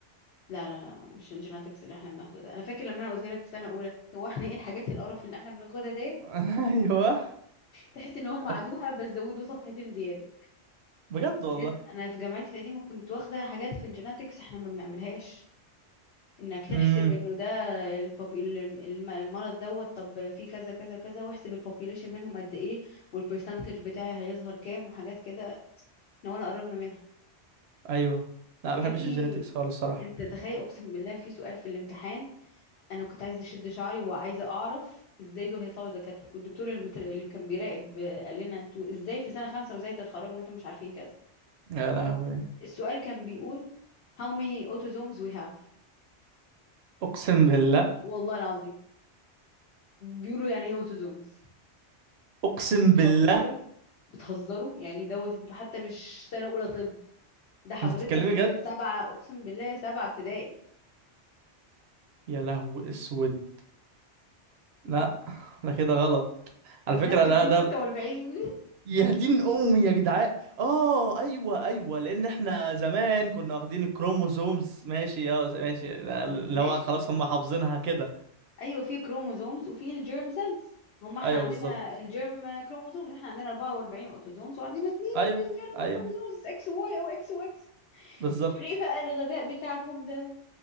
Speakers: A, on the left; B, on the right.
A: لا لا لا مش الجيناتكس اللي احنا بناخده ده انا فاكر لما انا قلت لك في سنه اولى هو احنا ايه الحاجات القرف اللي احنا بناخدها ديت
B: <laughs> أيوه
A: تحس ان هم
B: أت-
A: عادوها بس زودوا صفحتين زياده
B: بجد والله
A: بجد انا في جامعتي القديمه كنت واخده حاجات في الجيناتكس احنا ما بنعملهاش انك تحسب
B: امم
A: انه ده البوبي الم- الم- المرض دوت طب في كذا كذا كذا واحسب البوبيليشن منهم قد ايه والبرسنتج بتاعي هيظهر كام وحاجات كده احنا ولا قربنا منها
B: أيوه لا ما
A: يا
B: بحبش
A: ابني
B: الجيناتكس خالص الصراحة
A: انت تخيل اقسم بالله في سؤال في الامتحان انا كنت عايزه اشد شعري وعايزه اعرف ازاي دول هيطلعوا دكاتره والدكتور المتر... اللي كان بيراقب آه، قال لنا انتوا ازاي في سنه خمسه وازاي هتتخرجوا وانتوا مش عارفين كذا
B: يا لهوي
A: السؤال كان بيقول how many autosomes we have
B: أقسم بالله
A: والله العظيم بيقولوا يعني ايه autosomes
B: أقسم
A: انتوا بتهزري
B: بالله
A: بتهزروا يعني دوت انتوا حتى مش سنه اولى طب ده حضرتك
B: أنت بتتكلمي جد؟
A: آه، سبعه اقسم بالله سبعه ابتدائي
B: يا لهوي أسود لا ده كده غلط على
A: والناس
B: فكرة
A: كاتبين
B: ده ده
A: 46
B: يا دين امي يا جدعان اه ايوه ايوه لان احنا زمان كنا واخدين الكروموسومز ماشي اه ماشي اللي
A: <laughs> ماشي
B: هو خلاص
A: ما
B: هم
A: هو
B: حافظينها كده
A: ايوه في كروموزومز وفي الجيرم سيلز هم احنا
B: ايوه
A: عندنا
B: بالظبط
A: الجيرم كروموزومز احنا عندنا 44 اوتوزومز وعندنا اتنين
B: ايوه
A: جيرم
B: ايوه
A: كروموزومز اكس وواي او اكس واكس
B: بالظبط
A: انتوا ليه بقى الغباء بتاعكم ده